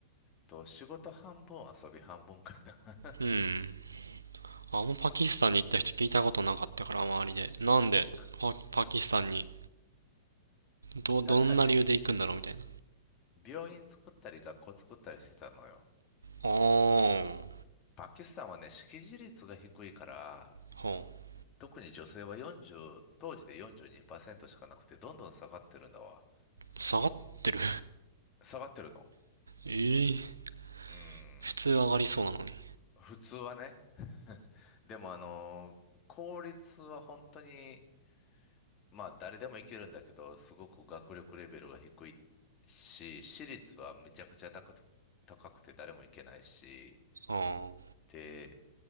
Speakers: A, on the left; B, on the right.
A: と、仕事半分、遊び半分かな。
B: うん。あんまパキスタンに行った人聞いたことなかったから、周りで。なんでパ、
A: <laughs>
B: パキスタンに、ど、どんな理由で行くんだろうみたいな。
A: 確かにね、病院作ったり学校作ったりしてたのよ。
B: ああ。
A: パキスタンはね、識字率が低いから、
B: はあ、
A: 特に女性は40、当時で42%しかなくて、どんどん下がってるんだわ。
B: 下がってる
A: 下がってるの。
B: <laughs> ええー
A: うーん。
B: 普通上がりそうなのに。
A: 普通はね。でもあのー公立は本当に、まあ誰でもいけるんだけど、すごく学力レベルが低いし、私立はめちゃくちゃ高く高くて誰もいけないし、
B: ああ、
A: で、